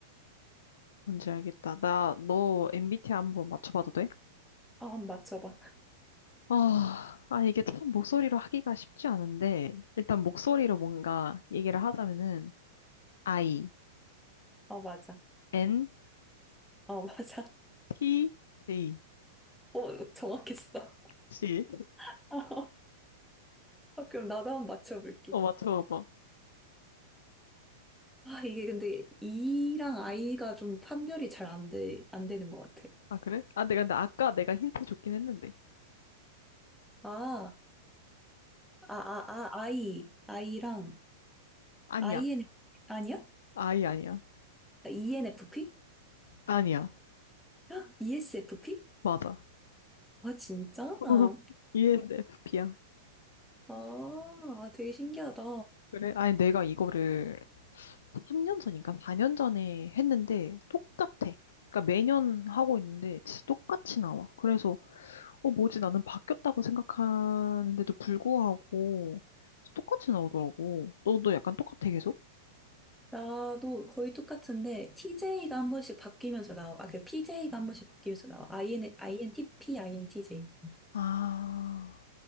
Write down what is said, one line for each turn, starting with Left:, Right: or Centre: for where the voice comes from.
Left: 뭔지 알겠다. 나, 너 MBTI 한번 맞춰봐도 돼?
Centre: 아, 한번 맞춰봐.
Left: 아, 아, 이게 참 목소리로 하기가 쉽지 않은데, 일단 목소리로 뭔가 얘기를 하자면은, I,
Centre: 아, 맞아.
Left: N,
Centre: 아, 맞아.
Left: T, J,
Centre: 어, 정확했어.
Left: G.
Centre: <laughs> 아, 그럼 나도 한번 맞춰볼게.
Left: 어, 맞춰봐봐.
Centre: 아, 이게 근데 E랑 I가 좀 판별이 잘 안 돼, 안 되는 것 같아.
Left: 아, 그래? 아, 내가 근데 아까 내가 힌트 줬긴 했는데.
Centre: 아, 아, 아, 아, I. I랑,
Left: 아니야.
Centre: IN, 아니야?
Left: I 아니야.
Centre: ENFP?
Left: 아니야.
Centre: 헉, ESFP?
Left: 맞아.
Centre: 아, 진짜?
Left: <laughs>
Centre: 아,
Left: e N f p 야
Centre: 아, 되게 신기하다.
Left: 그래? 아니, 내가 이거를 3년 전인가 4년 전에 했는데 똑같아. 그러니까 매년 하고 있는데 지- 똑같이 나와. 그래서 어 뭐지 나는 바뀌었다고 생각하는데도 불구하고 똑같이 나오더라고. 너도 약간 똑같아 계속?
Centre: 나도 거의 똑같은데, TJ가 한 번씩 바뀌면서 나와. 아, 그 PJ가 한 번씩 바뀌면서 나와. IN, INTP, INTJ.
Left: 아,